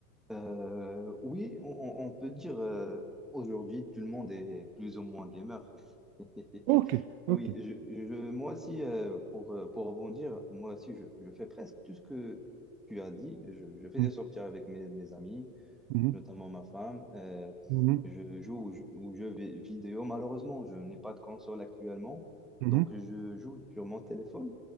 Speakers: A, in the centre; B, on the right (about 55°).
A: euh, oui, on, on- on peut dire euh, aujourd'hui tout le monde est plus ou moins gamer. <laughs>
B: Ok, ok.
A: Oui, je, je- moi aussi, euh, pour, euh, pour rebondir, moi aussi, je, je fais presque tout ce que tu as dit. Je, je fais
B: Mhm,
A: des sorties avec mes, mes amis.
B: mhm,
A: notamment ma femme. Euh,
B: mhm,
A: je joue aux jeux aux jeux vi- vidéo. Malheureusement, je n'ai pas de console actuellement,
B: mhm.
A: donc je joue sur mon téléphone.